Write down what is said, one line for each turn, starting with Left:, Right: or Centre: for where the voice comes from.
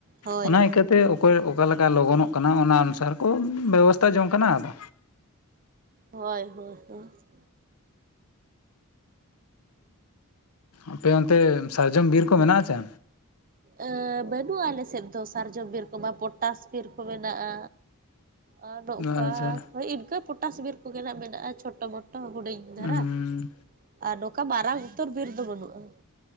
Right: ᱦᱳᱭ
Left: ᱚᱱᱟ
Right: ᱦᱳᱭ
Left: ᱤᱠᱟᱹᱛᱮ ᱚᱠᱚᱭ ᱚᱠᱟ ᱞᱮᱠᱟ ᱞᱚᱜᱚᱱᱚᱜ ᱠᱟᱱᱟ ᱚᱱᱟ ᱚᱱᱩᱥᱟᱨ ᱠᱚ ᱵᱮᱵᱚᱥᱛᱟ ᱡᱚᱝ ᱠᱟᱱᱟ ᱟᱫᱚ
Right: ᱦᱳᱭ ᱦᱳᱭ ᱦᱳᱭ ᱾
Left: ᱟᱯᱮ ᱚᱱᱛᱮ ᱥᱟᱨᱡᱚᱢ ᱵᱤᱨ ᱠᱚ ᱢᱮᱱᱟᱜ-ᱟ ᱪᱮ?
Right: ᱮᱸ ᱵᱟᱹᱱᱩᱜᱼᱟ ᱟᱞᱮ ᱥᱮᱫ ᱫᱚ ᱥᱟᱨᱡᱚᱢ ᱵᱤᱨ ᱠᱚᱢᱟ ᱯᱚᱴᱟᱥ ᱵᱤᱨ ᱠᱚ ᱢᱮᱱᱟᱜᱼᱟ᱾ ᱟᱨ ᱱᱚᱝᱠᱟ
Left: ᱟᱪᱪᱷᱟ
Right: ᱦᱳᱭ ᱤᱱᱠᱟᱹ ᱯᱚᱴᱟᱥ ᱵᱤᱨ ᱠᱚᱜᱮ ᱢᱮᱱᱟᱜᱼᱟ ᱪᱷᱳᱴᱳ ᱢᱳᱴᱳ ᱦᱩᱰᱤᱧ ᱫᱷᱟᱨᱟ
Left: ᱩᱸ
Right: ᱟᱨ ᱱᱚᱝᱠᱟ ᱢᱟᱨᱟᱝ ᱩᱛᱟᱹᱨ ᱵᱤᱨ ᱫᱚ ᱵᱟᱹᱱᱩᱜᱼᱟ ᱾